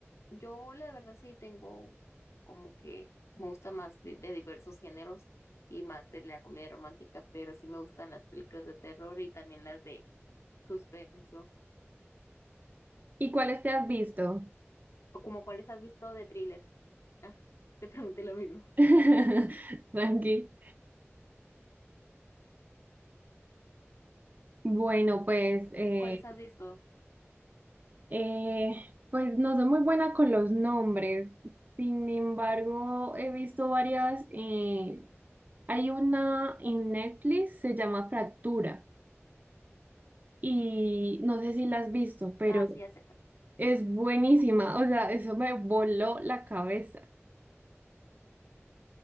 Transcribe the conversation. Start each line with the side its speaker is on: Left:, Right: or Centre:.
Left: yo la verdad sí tengo como que me gusta más de, de diversos géneros y más de la comedia romántica, pero sí me gustan las películas de terror y también las de suspenso.
Right: ¿Y cuáles te has visto?
Left: ¿O como cuáles has visto de thriller? Ah, te pregunté lo mismo.
Right: <laughs> Tranqui. Bueno, pues eh,
Left: ¿Cuáles has visto?
Right: Eh, pues no soy muy buena con los nombres. Sin embargo, he visto varias. eh, hay una en Netflix, se llama Fractura. Y no sé si la has visto, pero
Left: Ah, sí, ya sé cuál.
Right: es buenísima. O sea, eso me voló la cabeza.